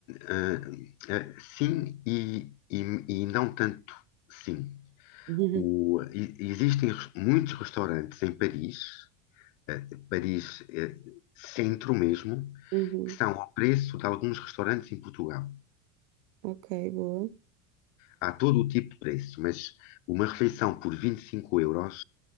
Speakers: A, on the left; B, on the right.
A: ah, ah, sim e, e, e não tanto sim.
B: Uhum.
A: O- e- existem res- muitos restaurantes em Paris, eh, Paris, eh, centro mesmo,
B: Uhum.
A: que são ao preço de alguns restaurantes em Portugal.
B: Ok, boa.
A: Há todo o tipo de preço, mas uma refeição por 25 euros,